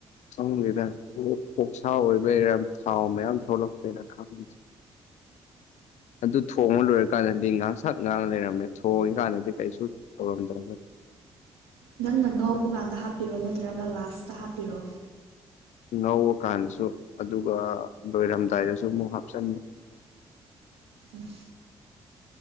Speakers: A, on the left; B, on the right.
A: ꯈꯪꯗꯦꯗ ꯑꯣꯛꯁꯥ ꯑꯣꯏꯕꯩꯔꯥ ꯊꯥꯎ ꯃꯌꯥꯝ ꯊꯣꯛꯂꯛꯄꯩꯔ ꯈꯪꯗꯦ ꯑꯗꯨ ꯊꯣꯡꯉ ꯂꯣꯢ ꯀꯥꯟꯗꯗꯤ ꯉꯥꯡꯁꯛ ꯉꯥꯡ ꯂꯩꯔꯝꯃꯦ ꯊꯣꯡꯉꯤꯀꯥꯟꯗꯗꯤ ꯀꯩꯁꯨ ꯇꯧꯔꯝꯗꯕꯥ
B: ꯅꯪꯅ ꯉꯧꯕ ꯀꯥꯟꯗ ꯍꯥꯞꯄꯤꯔꯣ ꯅꯠꯇ꯭ꯔꯒ ꯂꯥꯁꯇ ꯍꯥꯞꯄꯤꯔꯣ
A: ꯉꯧꯕꯀꯥꯟꯗꯁꯨ ꯑꯗꯨꯒ ꯂꯣꯏꯔꯝꯗꯥꯏꯗꯁꯨ ꯑꯃꯨꯛ ꯍꯥꯞꯆꯟꯕ
B: ꯎꯝ